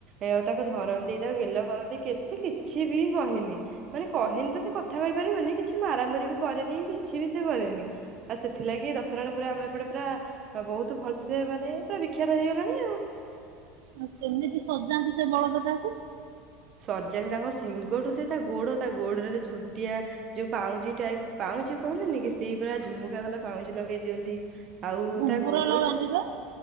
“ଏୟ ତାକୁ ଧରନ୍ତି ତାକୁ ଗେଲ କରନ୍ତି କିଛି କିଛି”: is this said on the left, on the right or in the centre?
Right